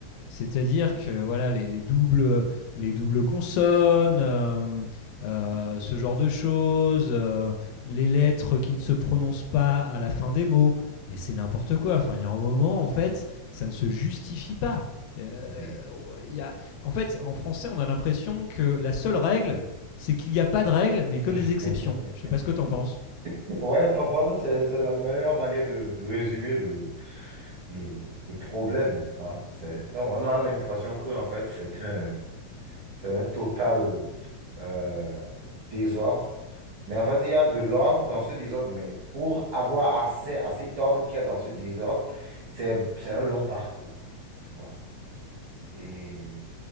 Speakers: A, on the left (about 85°); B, on the right (about 65°).
A: C'est-à-dire que voilà, les, les doubles, les doubles consonnes, euh, euh, ce genre de choses, euh, les lettres qui ne se prononcent pas à la fin des mots, mais c'est n'importe quoi. Enfin, il y a un moment en fait, ça ne se justifie pas. Euh,
B: Oui.
A: il y a- En fait, en français, on a l'impression que la seule règle, c'est qu'il n'y a pas de règle, mais que des
B: <laughs>
A: exceptions. Je sais pas ce que t'en penses.
B: Ouais, parfois, c'est, c'est la meilleure manière de, de résumer le, le, le problème. hein. C'est, donc, on a l'impression que, en fait, c'est un, c'est un total euh, désordre Mais en fait, il y a de l'ordre dans ce désordre, mais pour avoir accès à cet ordre qu'il y a dans ce désordre, c'est, c'est un long parcours, tu vois. Et,